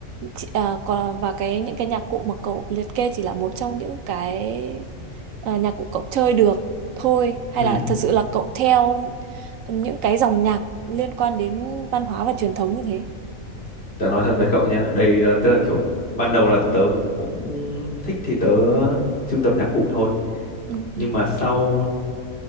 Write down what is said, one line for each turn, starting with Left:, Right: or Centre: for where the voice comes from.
Right: Chị- ờ, còn và cái những cái nhạc cụ mà cậu liệt kê chỉ là một trong những cái ờ, nhạc cụ cậu chơi được thôi hay
Left: ừ
Right: là thật sự là cậu theo những cái dòng nhạc liên quan đến văn hóa và truyền thống như thế
Left: tớ nói thật với cậu nha đây là tức là kiểu ban đầu là tớ cũng thích thì tớ sưu tập nhạc cụ thôi
Right: ừ.
Left: nhưng
Right: Ừ.
Left: mà sau